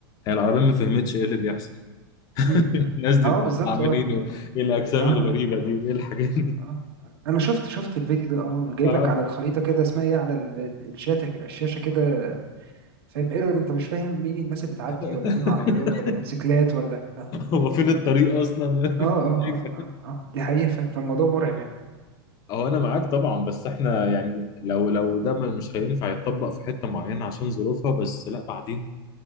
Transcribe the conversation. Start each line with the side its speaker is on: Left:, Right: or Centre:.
Left: هي العربية ما فهمتش ايه اللي بيحصل
Right: مم،
Left: <laughs>
Right: مم.
Left: الناس دي
Right: آه، بالظبط
Left: عاملين
Right: اه
Left: ايه ايه الاجسام
Right: اه اه
Left: الغريبة دي وايه الحاجات
Right: اه اه آه. انا شفت شفت الفيديو ده اه جايب
Left: اه
Right: لك على الخريطة كده اسمها ايه على ال- ال- الشاشة الشاشة كده فاهم ايرور انت مش فاهم مين الناس اللي بتعدي
Left: <laughs>
Right: ولا فين العربيات ولا موتوسيكلات ولا اه
Left: هو فين الطريق اصلا
Right: اه اه
Left: <laughs> شايف؟
Right: اه اه آه. دي حقيقة فاهم فالموضوع مرعب يعني
Left: هو انا معاك طبعا بس احنا يعني لو لو ده ما- مش هينفع يتطبق في حته معينه عشان ظروفها بس لا بعدين